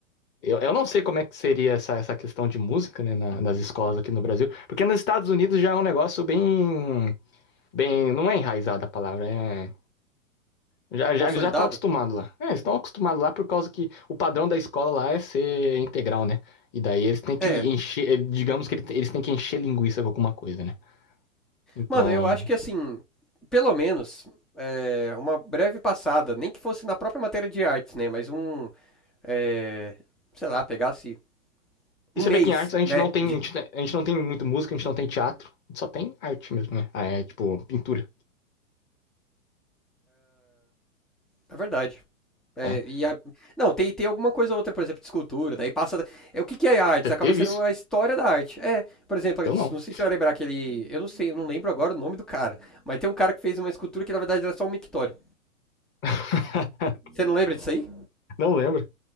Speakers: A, on the left (about 25°); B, in the centre.
A: Eu, eu não sei como é que seria essa, essa questão de música, né, na- nas escolas aqui no Brasil. Porque nos Estados Unidos já é um negócio bem. Bem. Não é enraizada a palavra, é. Já,
B: Consolidado?
A: já, eles já estão acostumados lá. É, eles estão acostumados lá por causa que o padrão da escola lá é ser integral, né? E daí eles têm que
B: É.
A: encher. eh, Digamos que ele- eles têm que encher linguiça com alguma coisa, né? Então.
B: Mano, eu acho que assim, pelo menos, é, uma breve passada, nem que fosse na própria matéria de artes, né? Mas um. é, sei lá, pegasse
A: E
B: um
A: você
B: mês,
A: vê que em artes a gente
B: né?
A: não tem.
B: De...
A: A gente, a gente não tem muito música, a gente não tem teatro. A gente só tem arte mesmo, né? Ah, é tipo pintura.
B: É verdade. É,
A: É.
B: e a- Não, tem, tem alguma coisa ou outra, por exemplo, de escultura, daí passa. da- É, o que que é arte?
A: Você
B: Isso
A: teve
B: Acaba sendo
A: isso?
B: a história da arte. É, por exemplo,
A: Eu
B: eu
A: não.
B: não sei se você vai lembrar aquele. Eu não sei, eu não lembro agora o nome do cara, mas tem um cara que fez uma escultura que na verdade era só um mictório.
A: <laughs>
B: Você não lembra disso aí?
A: Não lembro.